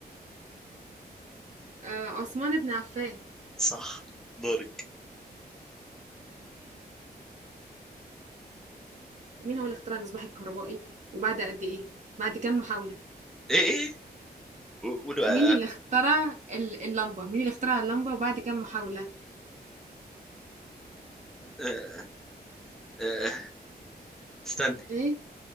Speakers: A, on the right; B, in the centre.
A: آآ، عثمان بن عفان،
B: صح دورك
A: مين هو اللي اخترع المصباح الكهربائي وبعد قد إيه؟ بعد كام محاولة؟
B: إيه إيه قولوا
A: مين
B: آه،
A: اللي اخترع ال اللمبة؟ مين اللي اخترع اللمبة وبعد كام محاولة؟
B: آه، آه، استني
A: إيه؟